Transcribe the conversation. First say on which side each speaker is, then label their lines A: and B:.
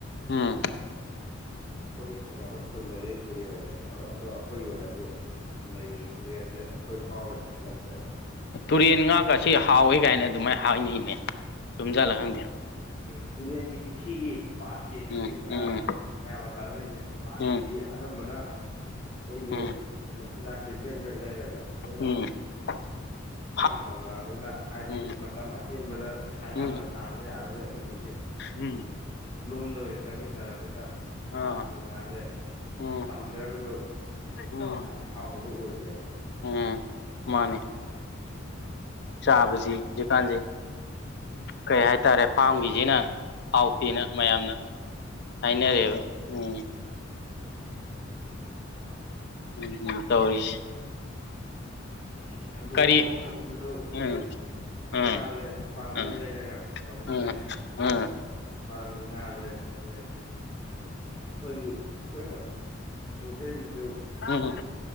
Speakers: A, on the left (about 60°); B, on the left (about 35°).
A: ꯎꯝ
B: ꯑꯩꯈꯣꯏꯒꯤ ꯊꯪꯅꯕ ꯈꯨꯜꯗꯗꯤ ꯇꯨꯔꯦꯜ ꯂꯩ ꯑꯗꯣ ꯑꯩꯈꯣꯏꯒꯤ ꯑꯣꯏꯅꯗꯤ ꯂꯩ ꯇꯨꯔꯦꯟꯖꯦ ꯑꯩꯈꯣꯏ ꯐꯥꯎꯔꯒꯗꯤ ꯆꯦꯜꯂꯛꯇ꯭ꯔꯦꯕ
A: ꯇꯨꯔꯦꯟ ꯉꯥꯒꯁꯦ ꯍꯥꯎꯋꯦꯒꯅ ꯗꯨꯃꯥꯏꯅ ꯍꯥꯏꯅꯩꯅꯦ ꯆꯨꯝꯖꯜꯂ
B: ꯎꯝ
A: ꯈꯪꯗꯦ
B: ꯎꯝ ꯇꯨꯔꯦꯟꯒꯤ ꯄꯨꯈ꯭ꯔꯤꯒꯤ ꯄꯥꯠꯀꯤ ꯍꯧꯖꯤꯛ
A: ꯎꯝ
B: ꯉꯥ
A: ꯎꯝ
B: ꯃꯌꯥꯝꯅ ꯇꯥꯅꯔꯤꯖꯦ ꯄꯥꯠꯀꯤꯗꯤ
A: ꯎꯝ
B: ꯑꯅꯝꯕꯅ ꯑꯩꯈꯣꯏꯒꯤ
A: ꯎꯝ
B: ꯃꯆꯤꯟꯖꯥꯛꯁꯤ ꯕꯦꯛ ꯕꯦꯛ ꯂꯩꯔꯒ ꯂꯣꯏꯅ
A: ꯎꯝ <inaudible>
B: ꯐꯥꯝ ꯇꯧꯅꯔꯕꯅꯤꯅ ꯍꯥꯏꯗꯤ
A: ꯎꯝ
B: ꯃꯇꯝ ꯑꯇꯦꯟꯕꯗ ꯄꯩꯁꯥ ꯌꯥꯝꯅ
A: ꯎꯝ
B: ꯇꯥꯟꯕ ꯌꯥꯅꯕ ꯑꯗꯨꯝꯕꯒꯤ
A: ꯎꯝ
B: ꯂꯣꯝꯗ ꯑꯣꯏꯅ ꯆꯪꯁꯤꯟꯅꯔꯕꯅꯤꯅ ꯄꯥꯠꯀꯤ
A: ꯑꯥ
B: ꯉꯥꯁꯦ
A: ꯎꯝ
B: ꯆꯥꯎꯖꯔꯒꯁꯨ
A: ꯎꯝ
B: ꯌꯥꯝ ꯍꯥꯎꯕꯗꯣ ꯑꯣꯏꯗ꯭ꯔꯦꯕ
A: ꯎꯝ ꯃꯥꯅꯦ
B: <inaudible>
A: ꯆꯥꯕꯖꯤ ꯍꯧꯖꯤꯛꯀꯥꯟꯁꯦ ꯀꯩ ꯍꯥꯏꯇꯥꯔꯦ ꯐꯥꯝꯒꯤꯖꯤꯅ ꯍꯥꯎꯇꯦꯅ ꯃꯌꯥꯝꯅ ꯍꯥꯏꯅꯔꯦꯕ
B: ꯎꯝ
A: ꯎꯝ ꯎꯝ ꯎꯝ ꯇꯧꯔꯤꯁꯤ
B: ꯎꯝ ꯊꯧꯗꯣꯛ
A: ꯀꯔꯤ
B: ꯋꯥꯊꯣꯛ ꯑꯃ ꯊꯣꯛꯄꯗꯨꯁꯨ ꯍꯧꯖꯤꯛ
A: ꯎꯝ ꯎꯝ
B: ꯉꯥꯖꯦ ꯃꯄꯥꯟ ꯂꯝꯗꯩ
A: ꯎꯝ
B: ꯂꯩꯔꯒ ꯇꯧꯅꯔꯦ
A: ꯎꯝ ꯎꯝ
B: ꯄꯥꯂꯝꯒꯤ ꯉꯥꯁꯦ ꯍꯧꯖꯤꯛ ꯑꯩꯈꯣꯏꯒꯤ ꯑꯩꯈꯣꯏꯅ ꯄꯨꯊꯣꯛꯆꯔꯤꯁꯤꯁꯨ
A: ꯎꯝ ꯎꯝ